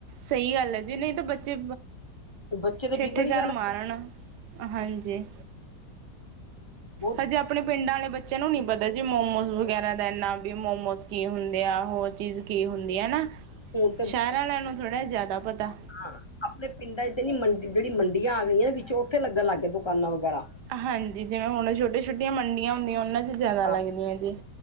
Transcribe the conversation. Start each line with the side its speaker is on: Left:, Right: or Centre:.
Right: ਸੲਈ ਗੱਲ ਆਜੀ ਨਈ ਤਾਂ ਬੱਚੇ
Left: ਬੱਚੇ ਤੇ
Right: ਠਿੱਠ
Left: ਵਿਗੜ ਈ
Right: ਕਰ
Left: ਜਾਣਾ
Right: ਮਾਰਨ, ਹਾਂਜੀ।
Left: ਬੋਤ
Right: ਹਜੇ ਆਪਨੇ ਪਿੰਡਾਂ ਆਲੇ ਬੱਚਿਆਂ ਨੂੰ ਨੀ ਪਤਾ ਜੀ ਮੋਮੋਸ ਵਗੈਰਾ ਦਾ ਐਨਾ ਬੀ ਮੋਮੋਸ ਕੀ ਹੁੰਦੇ ਆ ਹੋਰ ਚੀਜ਼ ਕੀ ਹੁੰਦੀ ਆ ਨਾ,
Left: ਹੁਣ
Right: ਸ਼ਹਿਰ ਵਾਲਿਆਂ ਨੂੰ ਥੋੜ੍ਹਾ ਜ਼ਿਆਦਾ ਪਤਾ
Left: ਹਾਂ ਆਪਣੇ ਪਿੰਡਾਂ ਤੇ ਨੀ ਮੰਡੀ ਜਿਹੜੀ ਮੰਡੀਆਂ ਆ ਗਈਆਂ ਨੇ, ਵਿੱਚੋਂ ਉੱਥੇ ਲੱਗਣ ਲੱਗ ਗਏ ਦੁਕਾਨਾਂ ਵਗੈਰਾ
Right: ਹਾਂਜੀ ਜਿਵੇਂ ਹੁਣ ਛੋਟੀਆਂ- ਛੋਟੀਆਂ ਮੰਡੀਆਂ ਹੁੰਦੀਆਂ ਉਹਨਾਂ 'ਚ ਜ਼ਿਆਦਾ
Left: ਹਾਂ।
Right: ਲੱਗਦੀਆਂ ਜੀ